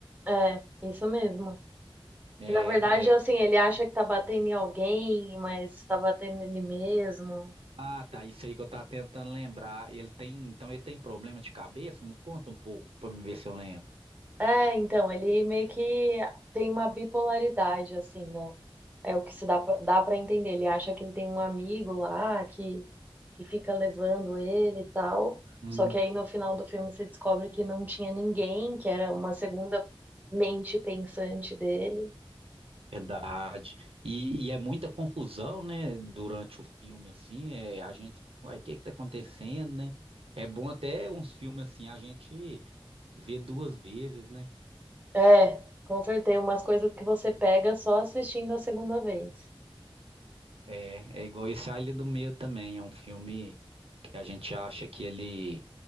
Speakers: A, on the right (about 15°); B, on the right (about 85°).
A: É, isso mesmo.
B: É,
A: Que na verdade, assim,
B: é.
A: ele acha que tá batendo em alguém, mas tá batendo nele mesmo.
B: Ah, tá, isso aí que eu tava tentando lembrar. Ele tem, então ele tem problema de cabeça? Me conta um pouco pra me ver se eu lembro.
A: É, então, ele meio que tem uma bipolaridade, assim, né? É o que se dá, pra- dá para entender. Ele acha que ele tem um amigo lá que, que fica levando ele e tal.
B: Hum.
A: Só que aí no final do filme você descobre que não tinha ninguém, que era uma segunda mente pensante dele.
B: Verdade. E, e é muita confusão, né? Durante o filme, assim, é, a gente, uai, o que que tá acontecendo, né? É bom até uns filmes assim, a gente Vê duas vezes, né?
A: É, com certeza, umas coisas que você pega só assistindo a segunda vez.
B: É, é igual esse A Ilha do Medo também, é um filme que a gente acha que ele